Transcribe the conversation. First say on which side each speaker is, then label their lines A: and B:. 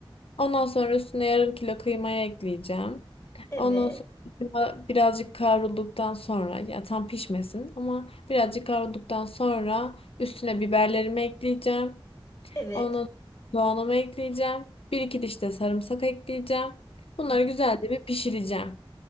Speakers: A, on the left; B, on the left.
A: Ondan sonra üstüne yarım kilo kıymayı ekleyeceğim.
B: evet,
A: Ondan sonra kıyma birazcık kavrulduktan sonra ya tam pişmesin ama birazcık kavrulduktan sonra üstüne biberlerimi ekleyeceğim.
B: evet,
A: Ondan sonra soğanımı ekleyeceğim. Bir iki diş de sarımsak ekleyeceğim. Bunları
B: hı
A: güzelce
B: hı,
A: bir pişireceğim.